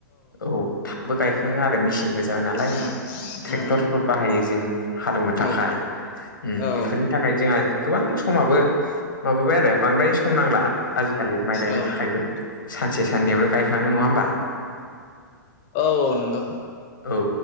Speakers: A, on the left; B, on the left.
A: औ थाबबो गायखाङो आरो मेसिनबो जाबाय नालाय
B: उम
A: ट्रेक्टरफोर
B: उम
A: बाहायो जों हालौवनो थाखाय
B: उम
A: उम
B: औ
A: बेफोरनि थाखाय जोंहा गोबां समाबो माबाबाय आरो बांद्राय सम नांला आजिखालि माइ गायनो
B: औ
A: थाखायबो
B: नंगौ
A: सानसे साननैयावनो गायखाङो नङा होमबा?
B: औ औ नंगौ।
A: औ